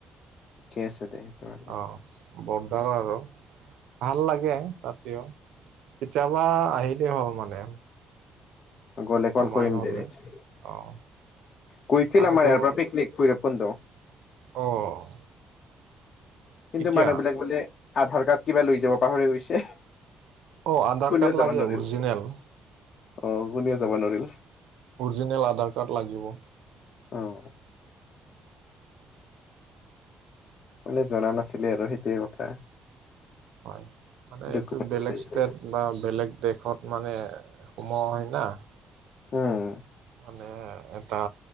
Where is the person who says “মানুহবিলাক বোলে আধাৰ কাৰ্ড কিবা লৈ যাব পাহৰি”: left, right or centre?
Left